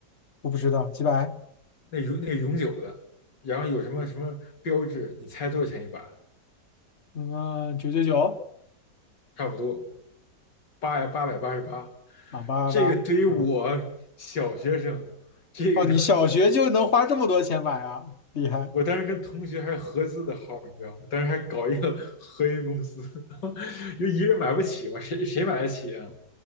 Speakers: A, on the left (about 40°); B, on the left (about 85°).
A: 我不知道几百。
B: 那永那个永久的，然后有什么什么标志，你猜多少钱一把？
A: 嗯，九九九
B: 差不多八八百八十八。
A: 啊，八八八，
B: 这个对于我小学生，
A: 嗯，
B: 这个当时
A: 哦，你小学就能花这么多钱买啊，厉害！
B: 我当时跟同学还合资的号，你知道吗？当时还搞一个合营公司，<laughs> 因为一个人买不起嘛，谁谁买得起啊？